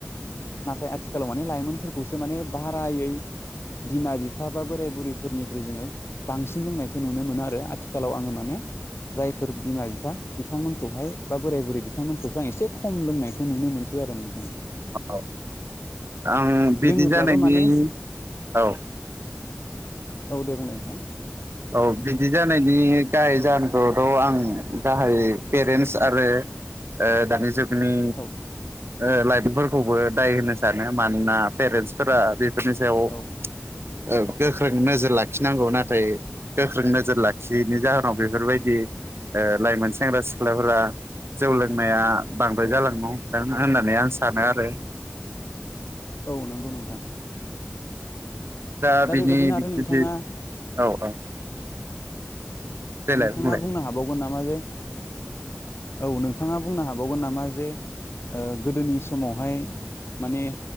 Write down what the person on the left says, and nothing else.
नाथाय आथिखालाव माने लाइमोनफोरखौसो माने बारायै बिमा बिफा बा बोराय बुरैफोरनिख्रुइ जोङो बांसिन लोंनायखौ नुनो मोनो आ रो आथिखालाव आङो माने जायफोर बिमा बिफा बिथांमोनखौहाय बा बोराय बुरै बिथांमोनखौसो आं एसे खम लोंनायखौ नुनो मोनसै आरो नोंथां।
लोङोब्लाबो
माने
औ दे बुंनाय नोंथां।
औ
औ
औ
औ नंगौ नोंथां।
बेबायदिनो आरो
नोंथाङा
नोंथाङा
बुंनो हाबावगोन नामा जे औ नोंथाङा बुंनो हाबावगोन नामा जे ओ गोदोनि समावहाय माने